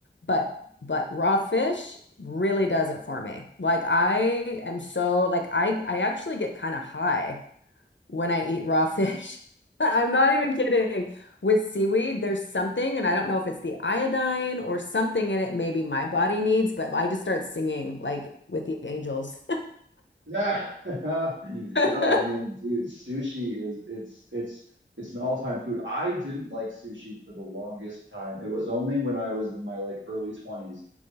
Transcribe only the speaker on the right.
Yeah. <laughs>
No, I mean, dude, sushi is it's it's it's an all-time food. I didn't like sushi for the longest time. It was only when I was in my like early 20s